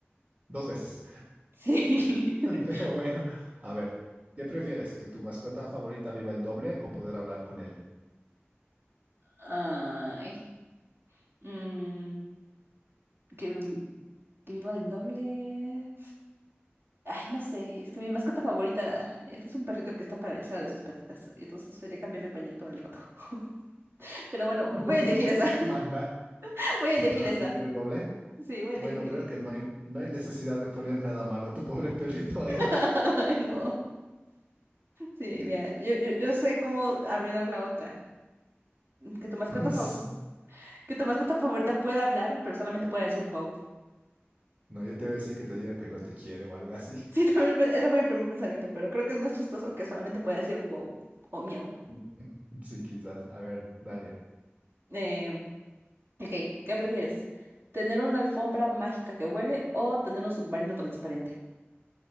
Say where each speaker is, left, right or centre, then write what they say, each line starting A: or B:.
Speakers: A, on the right; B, on the right.
A: dos veces.
B: Sí.
A: <laughs> Pero
B: <laughs>
A: bueno, a ver, ¿qué prefieres? ¿Que tu mascota favorita viva el doble o poder hablar con ella?
B: Ay, mm, que, que viva el doble. Ay, no sé, es que mi mascota favorita eh, es un perrito que está paralizado de sus patitas, entonces sería cambiarle el pañal todo el rato. <laughs> Pero bueno, voy
A: <laughs>
B: a elegir esa,
A: ¡Qué maldad!
B: <laughs> voy a
A: ¿Que
B: elegir
A: pueda
B: esa.
A: vivir el doble?
B: Sí, voy a
A: Bueno,
B: elegir que.
A: creo que no hay, no hay necesidad de poner nada malo a tu pobre perrito
B: <laughs>
A: ahí.
B: Ay, no. Sí, mira, yo, yo, yo sé cómo arruinar la otra. Que tu mascota
A: <laughs>
B: favorita, que tu mascota favorita pueda hablar, pero solamente pueda decir wow.
A: No, yo te voy a decir que te diga que no te quiere o algo así.
B: Sí, <laughs> también lo pe- ese fue mi primer pensamiento, pero creo que es más chistoso que solamente pueda decir wow o miau.
A: <laughs> Sí, quizás. A ver, dale.
B: Eh, ok, ¿qué prefieres? ¿Tener una alfombra mágica que huele o tener un submarino transparente?